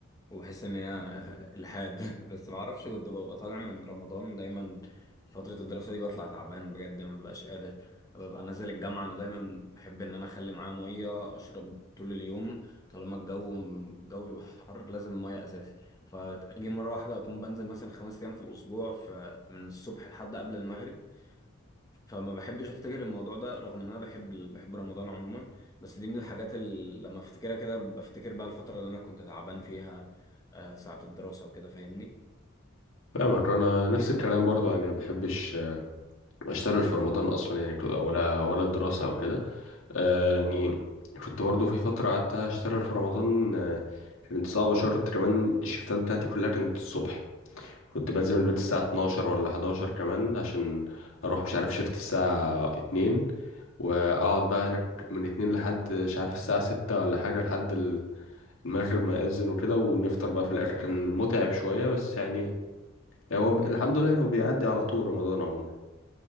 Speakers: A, on the left; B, on the left.
A: وبحس ان هي <laughs> الحاد <laughs> بس ما اعرفش كنت ببقى طالع من رمضان دايما فترة الدراسة دي بطلع تعبان بجد ما ببقاش قادر ببقى نازل الجامعة انا دايما بحب ان انا اخلي معايا مية اشرب طول اليوم طالما الجو الجو يبقى حر لازم مية اساسي فاجي مرة واحدة اكون بنزل مثلا خمس ايام في الاسبوع فمن الصبح لحد قبل المغرب فما بحبش افتكر الموضوع ده رغم ان انا بحب ال- بحب رمضان عموما بس دي من الحاجات اللي لما افتكرها كده بفتكر بقى الفترة اللي انا كنت تعبان فيها آه، ساعة الدراسة وكده فاهمني
B: فاهمك انا نفس الكلام برضو يعني ما بحبش اشتغل في رمضان اصلا يعني كو- ولا ولا دراسه او كده آه يعني كنت برضو في فتره قعدت اشتغل في رمضان آه كانت صعبه شرط كمان الشفتات بتاعتي كلها كانت الصبح كنت بنزل
A: امم
B: من البيت الساعه 12 ولا 11 كمان عشان اروح مش عارف شفت الساعه 2 واقعد بقى هناك من 2 لحد مش عارف الساعه 6 ولا حاجه لحد المغرب ما يأذن وكده ونفطر بقى في الآخر كان متعب شوية بس يعني هو بي... الحمد لله إن هو بيعدي على طول رمضان عموما